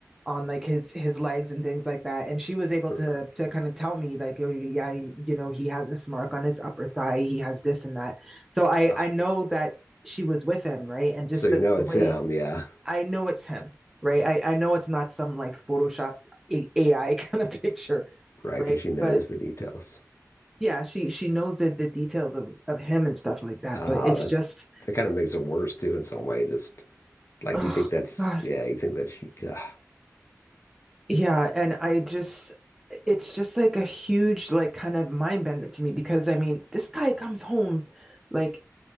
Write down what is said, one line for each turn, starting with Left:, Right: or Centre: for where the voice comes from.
Centre: on like his his legs and things like that. And she was able
Left: or
Centre: to to kind of tell me like, oh, yeah, you know, he has this mark on his upper thigh, he has this and that. So I
Left: oh,
Centre: I know that she was with him, right? And just
Left: so you
Centre: the
Left: know
Centre: the
Left: it's
Centre: way
Left: him, yeah,
Centre: I know it's him, right? I I know it's not some like Photoshop A- AI kind of <laughs> picture,
Left: right?
Centre: right?
Left: Because she knows
Centre: But
Left: the details.
Centre: yeah, she she knows the, the details of of him and stuff like that,
Left: Ah,
Centre: but it's
Left: that
Centre: just
Left: that kind of makes it worse too in some way. Just like
Centre: oh
Left: you think that's
Centre: my
Left: yeah,
Centre: God.
Left: you think that's yeah,
Centre: Yeah, and I just it's just like a huge like kind of mind bender to me because I mean, this guy comes home like